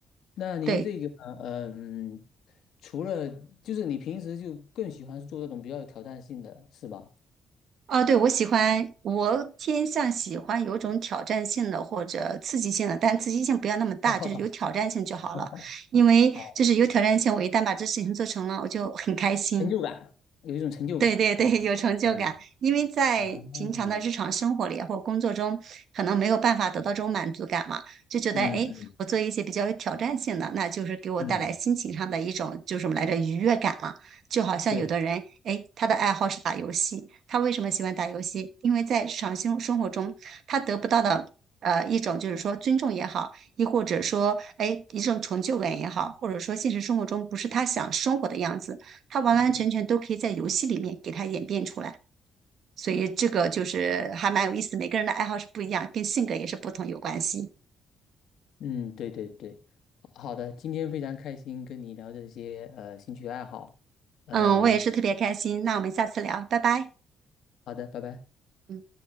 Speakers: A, on the left; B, on the right.
A: 那您这个嗯，
B: 对。
A: 除了就是你平时就更喜欢做这种比较有挑战性的是吧？
B: 啊，对，我喜欢，我偏向喜欢有种挑战性的或者刺激性的，但刺激性不要那么大，
A: <laughs>
B: 就是有挑战性就好了。
A: 哈哈，哈。
B: 因为就是有挑战性，
A: 好，
B: 我一旦把这事情做成了，我就很开心。
A: 成就感，有一种成就感可能。
B: 对对对，<laughs> 有成就感，
A: 嗯
B: 因为在平常的日常生活里啊或者工作中，
A: 啊，
B: 可能没有办法得到这种满足感嘛，就觉得哎，
A: 嗯嗯
B: 诶我做一些比较有挑战性的，那就是给我带来心情上的一种就是什么来着愉悦感嘛。
A: 嗯，
B: 就好像有的人，
A: 对。
B: 哎，他的爱好是打游戏，他为什么喜欢打游戏？因为在日常生生活中，他得不到的呃一种就是说尊重也好，亦或者说哎一种成就感也好，或者说现实生活中不是他想生活的样子。它完完全全都可以在游戏里面给它演变出来。
A: 嗯。
B: 所以这个就是还蛮有意思，每个人的爱好是不一样，跟性格也是不同有关系。
A: 嗯，对对对，好好的，今天非常开心跟你聊这些呃兴趣爱好，呃，
B: 嗯，我也是特别开心，那我们下次聊，拜拜。
A: 好的，拜拜。
B: 嗯。